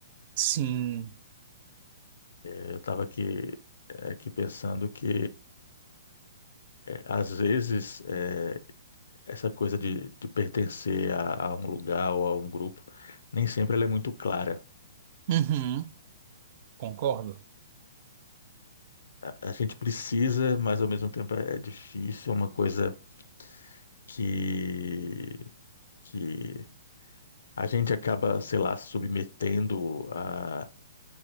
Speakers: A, on the right (about 45°); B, on the left (about 65°).
A: Sim.
B: É, Eu estava aqui, é, aqui pensando que é, às vezes. é, essa coisa de, de pertencer a, a um lugar ou a um grupo, nem sempre ela é muito clara.
A: Uhum. Concordo.
B: A gente precisa, mas ao mesmo tempo é é difícil, é uma coisa que, que a gente acaba, sei lá, submetendo a,